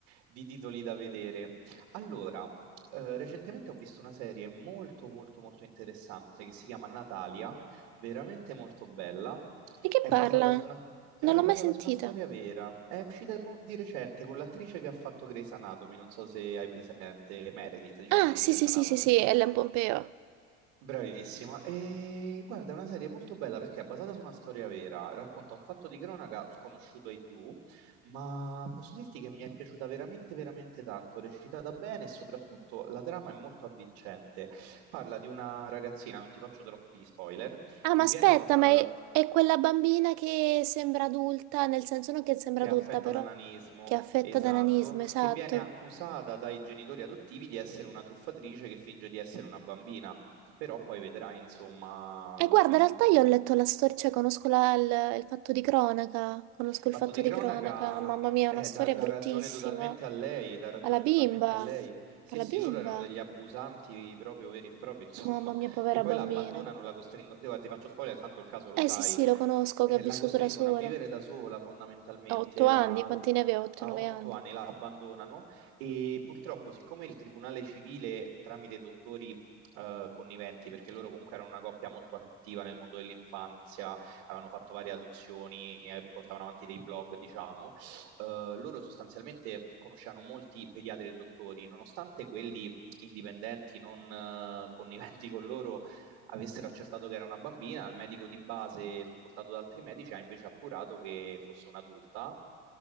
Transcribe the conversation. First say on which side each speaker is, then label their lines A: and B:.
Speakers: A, on the right; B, on the right.
A: di titoli da vedere. Allora, eh, recentemente ho visto una serie molto molto molto interessante che si chiama Natalia, veramente molto bella.
B: Di che
A: È
B: parla?
A: basata su una, è
B: Non l'ho
A: basata
B: mai sentita.
A: su una storia vera. È uscita mo- di recente con l'attrice che ha fatto Grey's Anatomy, non so se hai presente Meredith, diciamo,
B: Ah,
A: di
B: sì,
A: Grey's
B: sì,
A: Anatomy.
B: sì, sì, sì, Ellen Pompeo.
A: Bravissima. E guarda, è una serie molto bella perché è basata su una storia vera, racconta un fatto di cronaca sconosciuto ai più, ma posso dirti che mi è piaciuta veramente, veramente tanto, recitata bene e soprattutto la trama è molto avvincente. Parla di una ragazzina, non ti faccio troppi spoiler,
B: Ah,
A: che
B: ma aspetta,
A: viene adottata
B: ma è,
A: da...
B: è quella bambina che sembra adulta, nel senso non che sembra
A: che
B: adulta,
A: è affetta
B: però
A: da nanismo,
B: che è affetta
A: esatto,
B: da nanismo, esatto.
A: che viene accusata dai genitori adottivi di essere una truffatrice che finge di essere una bambina, però poi vedrai, insomma,
B: E
A: lo
B: guarda,
A: sviluppo.
B: in realtà io ho letto la storia, cioè conosco la- il, il fatto di cronaca, conosco
A: Il
B: il
A: fatto
B: fatto
A: di
B: di
A: cronaca
B: cronaca, mamma mia,
A: eh,
B: è una storia
A: dà, dà
B: bruttissima.
A: ragione totalmente a lei, dà ragione
B: Alla bimba,
A: totalmente a lei. Sì,
B: alla
A: sì,
B: bimba,
A: loro erano degli abusanti proprio veri e propri, <laughs> insomma,
B: mamma mia, povera
A: che poi
B: bambina.
A: la abbandonano, la costringono, guarda, ti faccio spoiler, tanto il caso lo
B: Eh
A: sai,
B: sì, sì, lo conosco,
A: eh,
B: che ha vissuto
A: la costringono
B: da sola.
A: a vivere da sola fondamentalmente,
B: A otto anni,
A: la-
B: quanti ne aveva? Otto,
A: a
B: nove
A: otto
B: anni.
A: anni la abbandonano e purtroppo siccome il tribunale civile tramite dottori eh, conniventi, perché loro comunque erano una coppia molto attiva nel mondo dell'infanzia, avevano fatto varie adozioni e portavano avanti dei blog, diciamo, eh, loro sostanzialmente conoscevano molti pediatri e dottori, nonostante quelli indipendenti non eh, conniventi con loro avessero accertato che era una bambina, il medico di base supportato da altri medici ha invece appurato che fosse un'adulta,